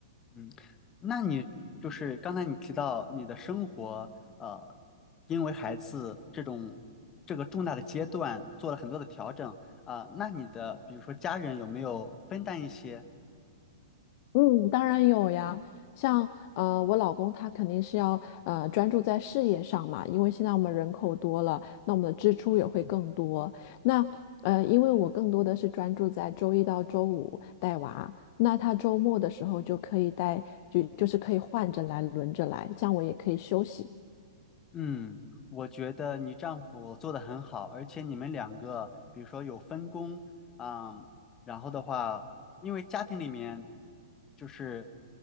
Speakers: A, on the left (about 20°); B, on the left (about 40°).
A: 嗯，那你就是刚才你提到你的生活，呃，因为孩子这种这个重大的阶段做了很多的调整啊，那你的比如说家人有没有分担一些？
B: 嗯，当然有呀，像呃，我老公他肯定是要呃专注在事业上嘛，因为现在我们人口多了，那我们的支出也会更多。那呃，因为我更多的是专注在周一到周五带娃，那他周末的时候就可以带，就就是可以换着来，轮着来，这样我也可以休息。
A: 嗯，我觉得你丈夫做的很好，而且你们两个，比如说有分工，啊，然后的话，因为家庭里面就是